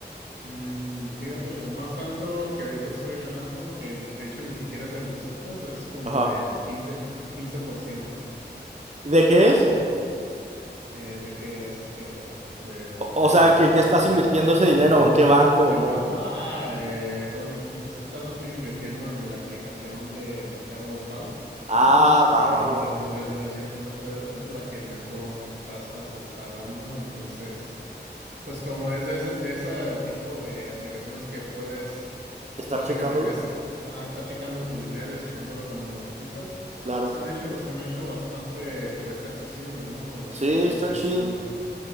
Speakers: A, on the right; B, on the right.
A: Mm, fíjate, el más alto que ahorita estoy ganando, que de hecho ni siquiera es el de Zetas, es como
B: Ajá.
A: del quince, quince por ciento.
B: ¿De qué es?
A: Y, eh, ¿de qué es? ¿Qué? Perdón. Del,
B: O,
A: del,
B: o sea, ¿que- ¿en qué estás
A: del,
B: invirtiendo
A: <laughs>
B: ese dinero o en qué banco
A: del
B: o cómo?
A: banco. Ah, eh, bueno, es- en este caso estoy invirtiendo en la aplicación de Mercado Pago.
B: Ah, va,
A: En,
B: va, va.
A: reci- reci- recientemente es la que mejor tasa se está dando, entonces. Pues como es de ese, de ese tipo de aplicaciones que puedes,
B: ¿Estar
A: pues básicamente
B: checándolo?
A: es- es, ajá, estar checando tu dinero y sacándolo cuando lo necesitas,
B: Claro.
A: se me ha hecho, se me ha hecho bastante pues accesible, ¿no? El estarlo
B: Sí, está
A: utilizando.
B: chido.